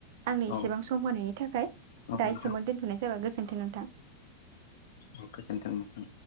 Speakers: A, on the right (about 60°); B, on the left (about 65°).
A: आंनो
B: औ
A: एसेबां सम होनायनि थाखाय
B: औ
A: दा
B: नोंथां
A: एसेन दोनथ'नाय जाबाय गो गोजोन्थों नोंथां।
B: औ थां नों थां